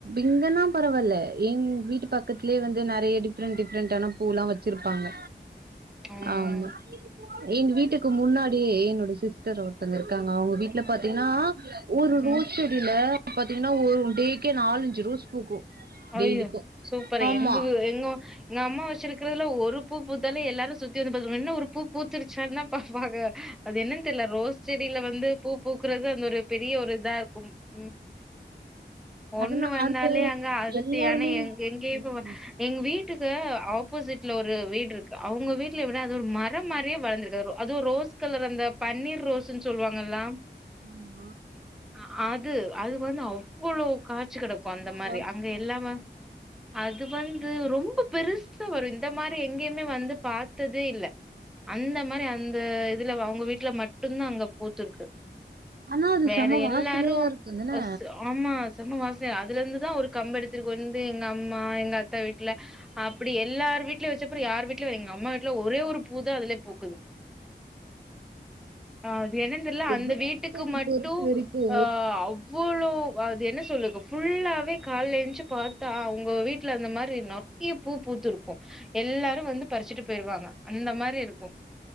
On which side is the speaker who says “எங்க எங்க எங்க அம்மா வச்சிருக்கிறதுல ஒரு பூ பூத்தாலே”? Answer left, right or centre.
Centre